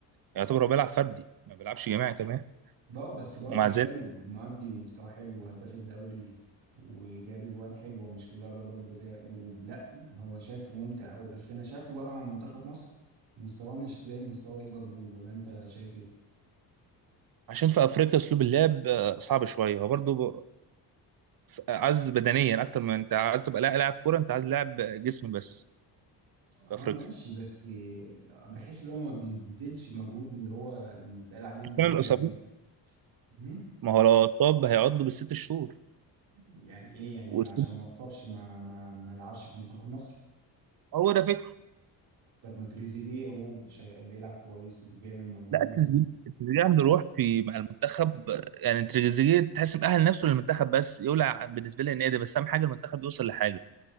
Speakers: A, on the right (about 50°); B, on the right (about 75°).
A: يعتبر هو بيلعب فردي ما بيلعبش جماعي كمان
B: بقى بس برضه
A: ومع ذلك
B: حلو معدي ومستوى حلو وهداف الدوري وجاب اجوان حلوه مش كلها ضربات جزاء ولا هو شايفه ممتع قوي بس انا شايفه بقى مع منتخب مصر مستواه مش زي مستوى ليفربول ولا انت شايف ايه؟
A: عشان في افريقيا اسلوب اللعب آه، صعب شويه هو برضه عايز بدنيا اكتر من انت عايز تبقى لا- لاعب كوره انت عايز لاعب جسم بس
B: اه
A: في افريقيا
B: ماشي بس آه، بحس ان هو ما بيبذلش مجهود اللي هو يتقال عليه اللي
A: عشان
B: هو
A: الاصابات
B: بيعمله مم؟
A: ما هو لو اتصاب هيقعد له بالست شهور
B: يعني ايه يعني
A: والست-
B: ما- عشان ما اتصابش ما ما ما لعبش في منتخب مصر
A: هو ده فكره
B: طب ما تريزيجيه هو شا- بيلعب كويس وبيعمل مجهود
A: لا التريزيجيه التريزيجيه عنده روح في مع المنتخب يعني التريزيجيه تحس مأهل نفسه للمنتخب بس يولع بالنسبه لي النادي بس اهم حاجه المنتخب يوصل لحاجه